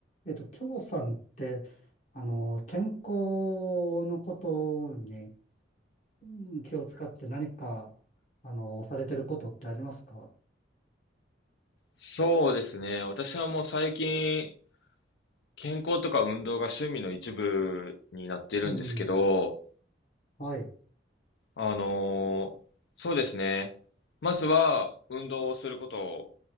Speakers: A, on the left; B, on the left.
A: えっと、京さんって、あの、健康のことにうん気を使って何か、あの、されてることってありますか
B: そうですね。私はもう最近、健康とか運動が趣味の一部になってるんですけど、
A: うん。はい。
B: あのーそうですね。まずは、運動をすること